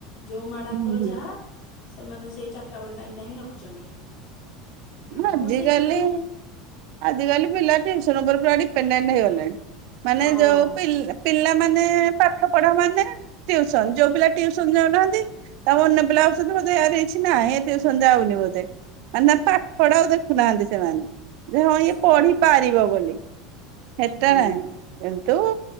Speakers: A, on the left (about 55°); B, on the right (about 55°).
A: ଯୋଉ ମ୍ୟାଡାମଙ୍କର
B: ହୁଁ ହୁଁ
A: ଯାହା ସେମାନେ ସେଇ ଚାରିଟା ବେଳେ ଟାଇମ ଟା ହିଁ ରଖୁଛନ୍ତି। ତେଣୁ
B: ଆଜିିକାଲି
A: ସେଇଥିପାଇଁ
B: ଆଜିିକାଲି ପିଲା ଟ୍ୟୁସନ୍ ପୁରା ଡିଫେଣ୍ଡ ହେଇଗଲେଣି। ମାନେ
A: ହଁ
B: ଯୋଉ ପିଲା ପିଲାମାନେ ପାଠ ପଢା ମାନେ ଟ୍ୟୁସନ ଯୋଉ ପିଲା ଟ୍ୟୁସନ ଯାଉନାହାନ୍ତି ତା ଅନ୍ୟ ପିଲା ହଉଛନ୍ତି ବୋଧେଆର କିଛି ନାହିଁ ଏ ଟ୍ୟୁସନ ଯାଉନି ବୋଧେ ମାନେ ପାଠଟାକୁ ଦେଖୁ ନାହାନ୍ତି ସେମାନେ। ଯେ ହଁ ଇଏ
A: ସେଇଆ
B: ପଢିପାରିବ
A: ତ
B: ବୋଲି ହେଟା
A: ହୁଁ।
B: ନାହିଁ। ତୁ